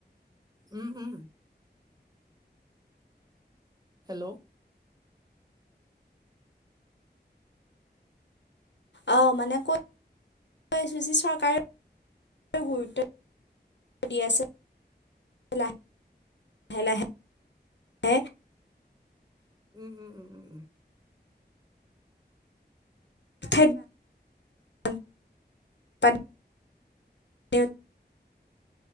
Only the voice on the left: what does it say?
অ' মানে কৈ কৈ আছো যে চৰকাৰে গুৰুত্ব দিয় <unintelligible>
ইথ <unintelligible> স <unintelligible>